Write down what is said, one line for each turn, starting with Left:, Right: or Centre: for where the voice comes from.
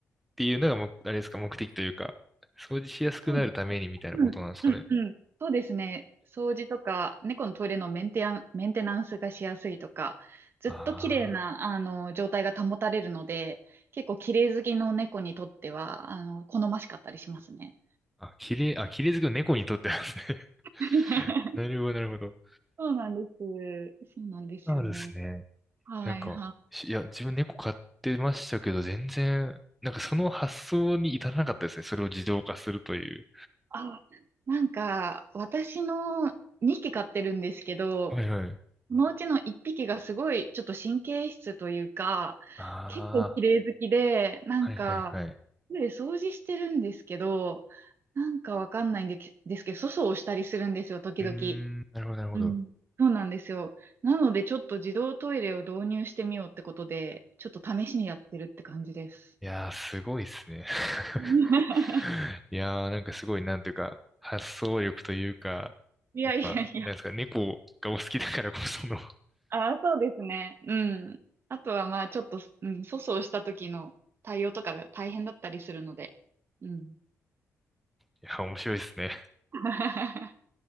Centre: ていうのがも、あれですか、目的というか、掃除しやすくなるためにみたいなことなんですかね。
Right: そううん、うん、うん。そうですね。掃除とか、猫のトイレのメンテナン、メンテナンスがしやすいとか、ずっと綺麗な、
Centre: あ
Right: あの、状態が保たれるので、結構綺麗好きの猫にとっては、あの、好ましかったりしますね。
Centre: あ、あ、綺麗、あ、綺麗好きの猫にとってはですね。
Right: <laughs>
Centre: <laughs> なるほど、なるほど。
Right: そうなんです。そうなんですよね。
Centre: あるですね。
Right: はいはい。
Centre: なんか、しいや、自分猫飼ってましたけど、全然、なんかその発想に至らなかったですね。それを自動化するという。
Right: あ、なんか、私の2匹飼ってるんですけど、
Centre: はいはい。
Right: そのうちの1匹がすごいちょっと神経質というか、
Centre: あ
Right: 結構綺麗好きで、なんか、
Centre: あ、はいはいはい。
Right: で掃除してるんですけど、なんかわかんないんでけですけど、粗相をしたりするんですよ、時々。
Centre: うーん、なるほど、なるほど。
Right: うん。そうなんですよ。なので、ちょっと自動トイレを導入してみようってことで、ちょっと試しにやってるって感じです。
Centre: いやー、すごいですね。
Right: <laughs>
Centre: <laughs> <laughs> いやー、なんかすごい、なんていうか、発想力というか、
Right: いやいやいや。
Centre: やっぱ、なんですか、猫がお好きだからこその、い
Right: ああ、そうですね。うん。あとはまあちょっと、うん、粗相した時の対応とかが大変だったりするので。うん。
Centre: や、面白いですね。
Right: <laughs>